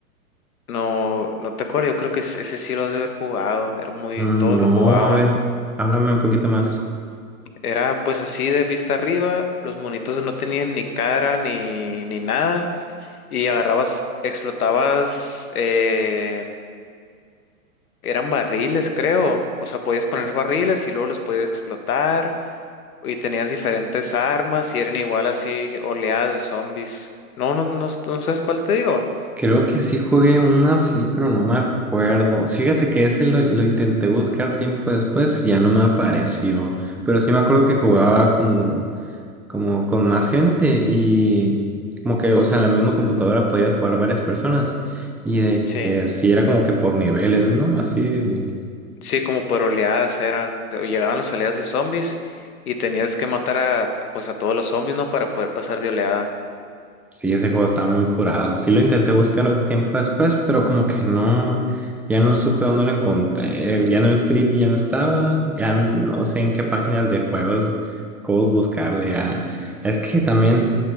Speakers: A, on the left; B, in the centre.
A: No, no te acuerdo, yo creo que ese ese sí lo has de haber jugado, era muy,
B: Mm,
A: todos
B: No,
A: lo jugaban.
B: a ver, háblame un poquito más.
A: Era pues así de vista arriba, los monitos no tenían ni cara ni, ni nada y agarrabas, explotabas eh, Eran barriles, creo. O sea, podías poner barriles y luego los podías explotar. Y tenías diferentes armas y eran igual así oleadas de zombies. No, no, no, no sabes cuál te digo.
B: Creo que sí jugué una, sí, pero no me acuerdo. Fíjate que ese lo, lo intenté buscar tiempo después y ya no me apareció. Pero sí me acuerdo que jugaba como, como con más gente y como que, o sea, en la misma computadora podías jugar varias personas y de
A: Sí,
B: que sí era como que por niveles, ¿no? Así.
A: sí, como por oleadas eran. o Llegaban las oleadas de zombies y tenías que matar a, pues a todos los zombies, ¿no? Para poder pasar de oleada.
B: Sí, ese juego estaba muy curado. Sí lo intenté buscar un tiempo después, pero como que no, ya no supe dónde lo encontré. Ya en el Flip ya no estaba, ya no sé en qué páginas de juegos, juegos buscarle. Ya. Es que también,